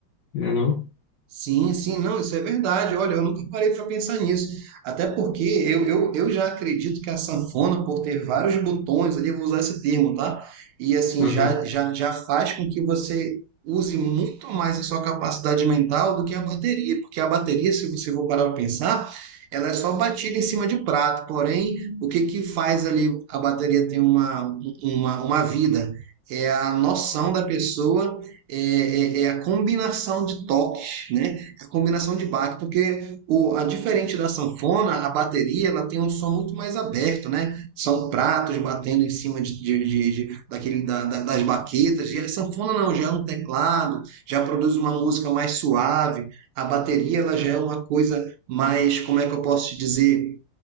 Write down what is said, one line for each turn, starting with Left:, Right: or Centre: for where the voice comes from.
Left: né não?
Right: Sim, sim, não, isso é verdade. Olha, eu nunca parei para pensar nisso. Até porque eu, eu, eu já acredito que a sanfona, por ter vários botões ali, eu vou usar esse termo, tá? E assim,
Left: Aham.
Right: já, já, já faz com que você use muito mais a sua capacidade mental do que a bateria. Porque a bateria, se você for parar para pensar, ela é só batida em cima de prato. Porém, o que que faz ali a bateria ter uma, uma, uma vida? É a noção da pessoa é, é- é a combinação de toques, né? A combinação de baque, porque o, a diferente da sanfona, a bateria, ela tem um som muito mais aberto, né? São pratos batendo em cima de, de- de- de- daquele, da- da- das baquetas. E a sanfona não, já é um teclado, já produz uma música mais suave. A bateria, ela já é uma coisa mais, como é que eu posso te dizer?